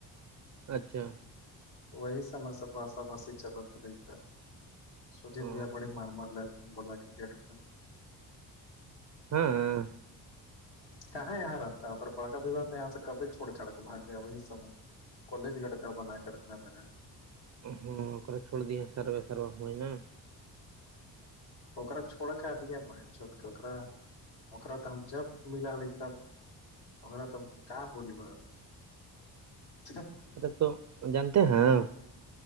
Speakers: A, on the right (about 45°); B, on the left (about 70°).
A: اچھا
B: وہی سے س باسا بسیی چلت رہے ت <inaudible> سوجیت
A: ہاں
B: بھییا بڑی مار مار ل ت بولا یکٹ <inaudible>
A: ہاں
B: کہاں یہاں رہتا ہے ا بڑکا بھیوات ہے یہاں سے کبھی چھوڑ چاڑ کے بھاگ گ وہی سمئے <inaudible> کلج کٹ کر رہرب نا کر رہ انا <inaudible>
A: ہاں چھڑ د ساروے ساروا ہو نا <inaudible>
B: ہا چھوڑ کے اد ب چکا <inaudible> اکا تو ہم جب ملاے تب اا تو ہم کیا بولی گ <inaudible> اچھا <inaudible>
A: ارے تو جانتے ہیں